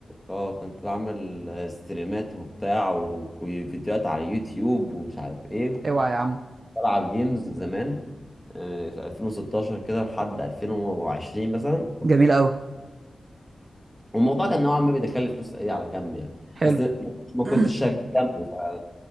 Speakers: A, in the centre; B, on the right.
A: اه كنت بعمل آه، ستريمات وبتاع و- وفيديوهات على يوتيوب ومش عارف ايه
B: اوعى يا عم
A: بلعب جيمز زمان آه، في 2016 كده لحد 2020 مثلا
B: جميل قوي
A: والموضوع كان نوعا ما بيدخل فلوس ايه على جنب يعني
B: حلو
A: بس ما كنتش
B: <clears throat>
A: شغال جنبه ف...